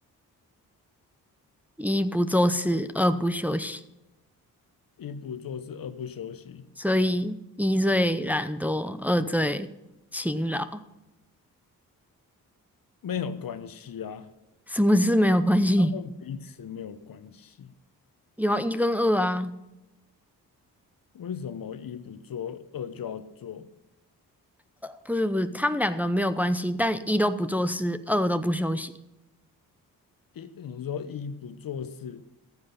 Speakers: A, in the centre; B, on the left.
A: 一不做事二不休息，
B: 一不做事二不休息
A: 所以一最懒惰，二最勤劳，
B: 没有关系啊？
A: 什么事没有关系？
B: 他们彼此没有关系。
A: 有啊，一跟二啊。
B: 为什么一不做二就要做？
A: 不是不是，他们两个没有关系，但一都不做事，二都不休息。
B: 一你说一不做事，